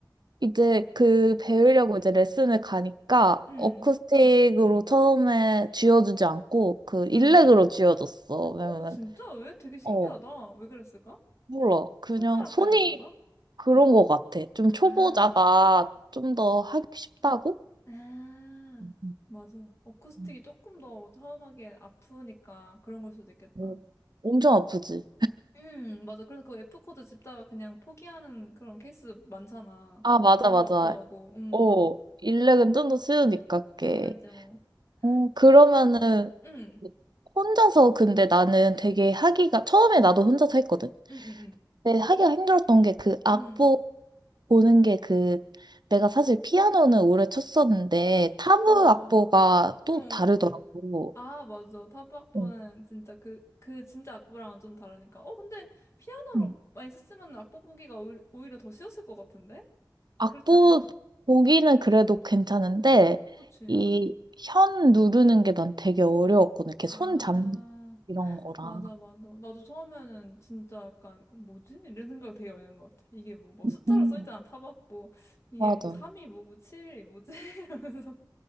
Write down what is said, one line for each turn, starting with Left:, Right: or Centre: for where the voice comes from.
Right: 이제 그 배우려고 이제 레슨을 가니까
Left: 음,
Right: 어쿠스틱으로 처음에 쥐어주지 않고 그 일렉으로
Left: 음.
Right: 쥐어줬어. 왜냐면
Left: 어? 진짜? 왜? 되게 신기하다.
Right: 어
Left: 왜 그랬을까?
Right: 몰라 그냥
Left: 손가락
Right: 손이
Left: 때문에 그런가?
Right: 그런
Left: 응.
Right: 것 같아. 좀
Left: 아,
Right: 초보자가 좀 더 하기 쉽다고?
Left: 아,
Right: 음,
Left: 맞아. 어쿠스틱이
Right: 음.
Left: 조금 더 처음하기엔 아프니까 그런 걸 수도 있겠다.
Right: 어, 엄청 아프지.
Left: 음, 맞아. 그래서 그 F코드 짚다가 그냥 포기하는 그런 케이스 많잖아.
Right: 아 맞아
Left: 너무
Right: 맞아.
Left: 아프다고. 음,
Right: 어 일렉은 좀 더 쉬우니까 게.
Left: 맞아.
Right: 어 그러면은
Left: 그렇구나. 음,
Right: 혼자서 근데 나는 되게 하기가 처음에 나도 혼자서 했거든.
Left: 음, 음, 음.
Right: 네, 하기가 힘들었던 게 그 악보
Left: 응,
Right: 보는 게 그 내가 사실 피아노는 오래 쳤었는데 타브
Left: 와,
Right: 악보가 또
Left: 응.
Right: 다르더라고.
Left: 아, 맞아. 타박보는
Right: 응.
Left: 진짜 그, 그 진짜 악보랑은 좀 다르니까. 어, 근데 피아노로
Right: 응.
Left: 많이 썼으면 악보 보기가 오히- 오히려 더 쉬웠을 것 같은데?
Right: 악보
Left: 그렇지 않나?
Right: 보기는 그래도 괜찮은데
Left: 그치, 응.
Right: 이 현 누르는 게 난 되게 어려웠거든. 이렇게 손
Left: 아,
Right: 잡는 이런 거랑.
Left: 맞아, 맞아. 나도 처음에는 진짜 약간, 어, 뭐지? 이런 생각 되게 많이 하는 것 같아. 이게 뭐, 막
Right: 응
Left: 숫자로 써있잖아, 타박보. 이게
Right: 맞아.
Left: 뭐, 3이 뭐고, 7이 뭐지? <laughs> 이러면서